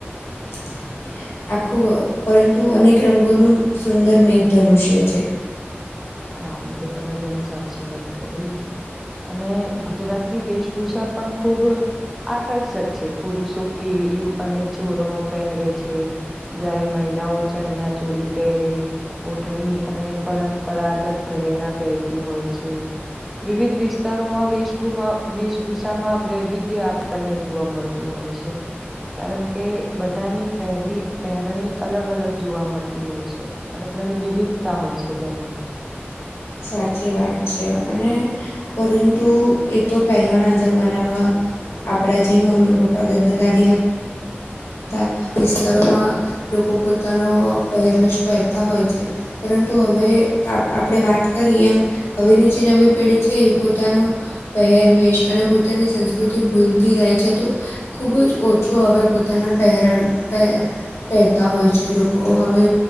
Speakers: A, on the left; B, in the centre.
A: <inaudible> આખું પરંતુ અનેક રંગોનું સુંદર મેઘ ધનુષ્ય છે.
B: હા એ તો તમે ઘણી સાચી વાત કરી. અને ગુજરાતની વેશભૂષા પણ ખૂબ આકર્ષક છે પુરુષો કેડીયુ અને ચોરણો પહેરે છે. જ્યારે મહિલાઓ ચણિયા ચોડી પહેરે ઓઢણી અને પરમ પરાગત ઘરેણા પહેરતી હોય છે. વિવિધ વિસ્તારોમાં વભૂ વેશભૂષ માં વૈવિધ્ય આપણને જોવા મળતું હોય છે. કારણ કે બધાની પહેરવી પહેરણી અલગ અલગ જોવા મળતી હોય છે અને ઘણી વિવિધતા હોય છે તેમાં
A: સાચી વાત છે અને પરંતુ એ તો પહેલાંના જમાનામાં આપણા જે મમ્મી પપ્પા દાદા દાદી હતા બધા વિસ્તારોમાં લોકો પોતાનો પહેરવેશ પહેરતા હોય છે. પરંતુ હવે આપણે વાત કરીએ એમ હવેની જે નવી પેઢી છે એ પોતાનું પહેરવેશ અને પોતાની સંસ્કૃતિ ભૂલતી જાય છે તો ખૂબ જ ઓછો હવે જેના પહેરણ પહે પહેરતા હોય છે લોકો હવે